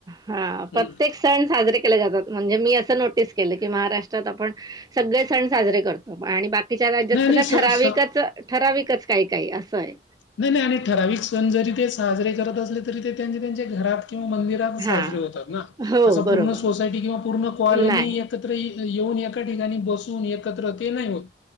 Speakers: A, on the right; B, on the left.
A: हा
B: हम्म.
A: प्रत्येक - सण साजरे केले जातात म्हणजे मी असं नोटीस केलं की महाराष्ट्रात आपण - सगळे सण साजरे करतो आणि बाकी - तिच्या राज्यात
B: नाही
A: कसं
B: नाही स-
A: ठराविकच
B: स-
A: ठराविकच काही काही असं आहे.
B: नाही -नाही आणि ठराविक सण जरी ते साजरे करत असले तरी ते त्यां त्यांचे घरात किंवा मंदिर - एकत्र
A: हां.
B: साजरे होतात ना
A: हो,
B: अस
A: बरोबर.
B: पूर्ण सोसायटी किंवा पूर्ण कॉलनी
A: नाही.
B: - एकत्र येऊन एका ठिकाणी बसून एकत्र ते नाही होत.